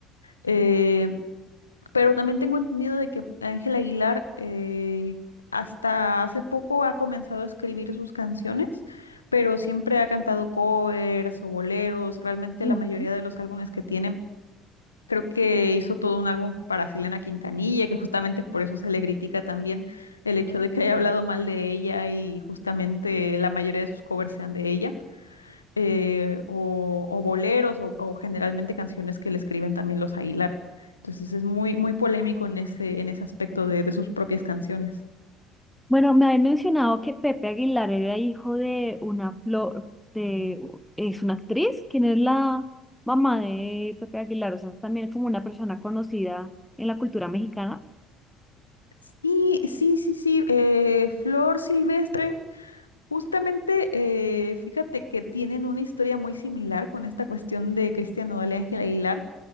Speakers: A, on the left; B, in the centre.
A: Eh, pero también tengo entendido de que Ángel Aguilar eh, hasta hace poco ha comenzado a escribir sus canciones, pero siempre ha cantado covers o boleros. Realmente
B: Ujú.
A: la mayoría de los álbumes que tiene Creo que hizo todo un álbum para Selena Quintanilla, que justamente por eso se le critica también el hecho de que haya hablado mal de ella y justamente la mayoría de sus covers sean de ella, eh, o, o boleros o, o generalmente canciones que le escriben también los Aguilar. Entonces es muy, muy polémico en ese, en ese aspecto de, de sus propias canciones.
B: Bueno, me habían mencionado que Pepe Aguilar era hijo de una flor, de, es una actriz, quien es la mamá de Pepe Aguilar, o sea, es también como una persona conocida en la cultura mexicana.
A: Sí, sí, sí, sí. eh, Flor Silvestre, justamente, eh, fíjate que tienen una historia muy similar con esta cuestión de Cristian Nodal y Ángela Aguilar.